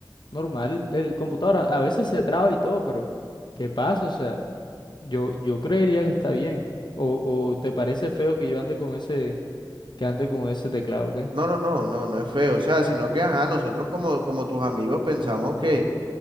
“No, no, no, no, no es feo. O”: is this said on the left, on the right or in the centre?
Right